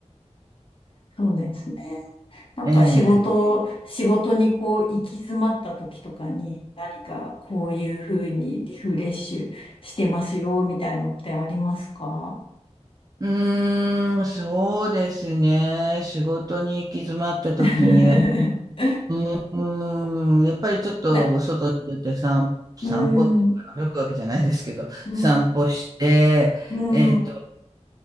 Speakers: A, on the left (about 45°); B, on the right (about 30°).
A: そうですね。なんか仕事、
B: ええ。
A: 仕事にこう行き詰まった時とかに何かこういうふうにリフレッシュしてますよみたいのってありますか
B: うーん、そうですね。仕事に行き詰まった時に
A: <laughs>
B: うーん、やっぱりちょっと外に出て散、
A: な、
B: 散歩って歩くわけじゃないですけど、
A: うーん、うん、
B: 散歩して、
A: うん、
B: えっと、
A: うん、